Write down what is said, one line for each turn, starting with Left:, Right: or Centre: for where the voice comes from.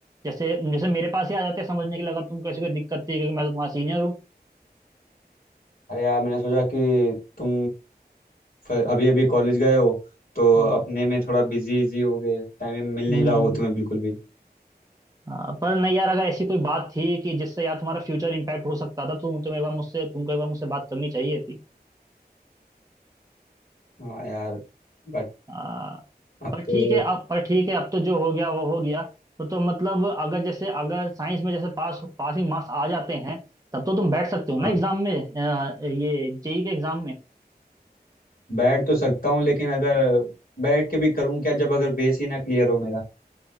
Right: जैसे जैसे मेरे पास ही आ जाते समझने के लिए अगर तुमको ऐसी कोई दिक्कत थी क्योंकि मैं तो तुम्हारा सीनियर हूँ
Left: अरे यार मैंने सोचा कि तुम अभी अभी कॉलेज गए हो तो
Right: हम्म
Left: अपने में थोड़ा बिजी इजी हो गए टाइम मिल
Right: हम्म
Left: नहीं रहा होगा तुम्हें बिल्कुल भी
Right: हाँ, पर नहीं यार अगर ऐसी कोई बात थी कि जिससे यार तुम्हारा फ्यूचर इम्पैक्ट हो सकता था तो तुम एक बार मुझसे तुमको एक बार मुझसे बात करनी चाहिए थी
Left: हाँ यार बट
Right: हम्म।
Left: अब
Right: पर
Left: तो
Right: ठीक है अब पर ठीक है अब तो जो हो गया वो हो गया तो तो मतलब अगर जैसे अगर साइंस में जैसे पास पासिंग मार्क्स आ जाते हैं तब तो तुम बैठ सकते हो ना
Left: हाँ
Right: एग्जाम में अ, ये जेई के एग्जाम में
Left: बैठ तो सकता हूँ लेकिन अगर बैठ के भी करूँ क्या जब अगर बेस ही ना क्लियर हो मेरा